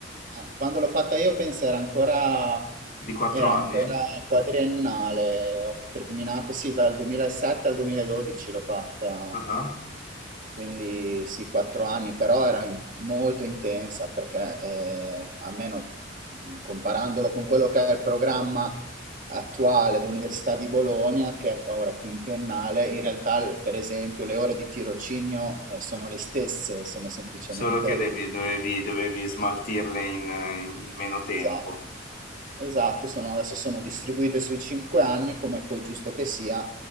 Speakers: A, on the right; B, on the left.
A: Ah, Quando l'ho fatta io penso era ancora,
B: di quattro
A: era
B: anni,
A: ancora quadriennale, ho terminato sì dal 2007 al 2012 l'ho fatta,
B: Ah.
A: quindi sì, quattro anni, però era in- molto intensa perché eh, almeno mh, comparandolo con quello che è il programma attuale dell'Università di Bologna, che è- ora è quinquennale, in realtà l- per esempio le ore di tirocinio eh, sono le stesse, sono semplicemente
B: Solo che devi- dovevi, dovevi smaltirle in, in meno tempo.
A: Esatto. Esatto, sono adesso sono distribuite sui 5 anni, come poi è giusto che sia,